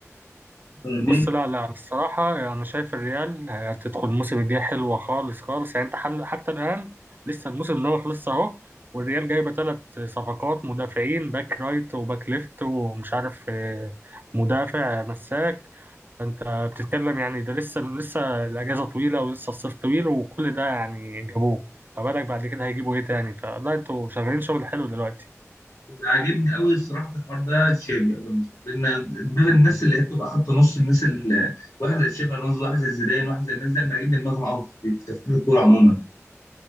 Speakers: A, on the left; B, on the right.
A: فاهم
B: بص
A: ايه
B: لا لا الصراحة أنا يعني شايف الريال هتدخل الموسم الجاي حلوة خالص خالص يعني أنت حل حتى الآن لسه الموسم ده ما خلصش أهو والريال جايبة ثلاث صفقات مدافعين باك رايت وباك ليفت ومش عارف آه، مدافع مساك فأنت بتتكلم يعني ده لسه لسه الأجازة طويلة ولسه الصيف طويل وكل ده يعني جابوه فبالك بعد كده هيجيبوا إيه تاني فلا أنتوا شغالين شغل حلو دلوقتي
A: اللي عاجبني قوي الصراحه في الحوار ده تشافي الونزو لان دماغ الناس اللي هي بتبقى خط نص الناس اللي واحد زي تشافي الونزو واحد زي زيدان واحد زي الناس دي أنا بيعجبني دماغهم قوي في في تفكير الكوره عموما